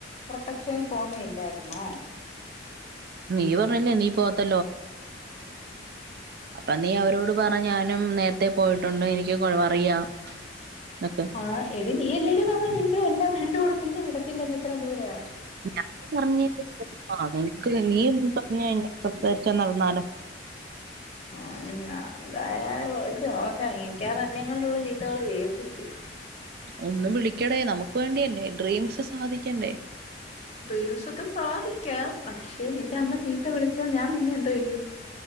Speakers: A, on the left; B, on the right.
A: പ്രൊട്ടക്ഷനിൽ പോകുന്നയല്ലായിരുന്നോ
B: നീ പറഞ്ഞില്ലേ നീ പോവാത്ത അപ്പം നീ അവരോട് പറ ഞാനും നേരത്തെ പോയിട്ടുണ്ട് എനിക്ക് കൊ അറിയാം എന്നൊക്കെ
A: ആ എടി നീയല്ലേടി പറഞ്ഞെ നിന്റെ എന്റെ കൂടെ നിന്നെ വിടത്തില്ലെന്ന് ഇത്രയും ദൂരെ
B: ഞാൻ പറഞ്ഞിട്ട് നിനക്ക് നീനക്ക <unintelligible> ഇങ്ങനെ സംസാരിച്ചാ നടന്നാലോ
A: ആ ഞാൻ എന്തായാലും വിളിച്ചു നോക്കാം മിക്കവാറും എന്നേം കൊണ്ട് ഇവള് ചീത്ത വിളി കേൾപ്പിക്കും
B: ഒന്ന് വിളിക്കടേ നമുക്ക് വേണ്ടിയല്ലേ ഡ്രീംസ് സാധിക്കണ്ടേ
A: ഡ്രീംസൊക്കെ സാധിക്കാം പക്ഷെ നിന്റെ അമ്മ ചീത്ത വിളി ച്ചാൽ ഞാൻ നിന്നെ എന്തോ ചെയ്യും